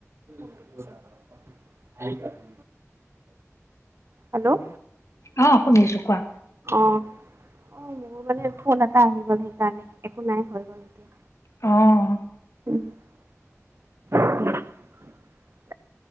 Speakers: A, on the right; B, on the left.
A: <unintelligible> হেল্ল'
B: অ শুনিছো কোৱা
A: অ'। অ', মোৰ মানে ফোন এটা আহি গ'ল সেইকাৰণে একো নাই হৈ গ'ল এতিয়া।
B: অ'।
A: <inaudible>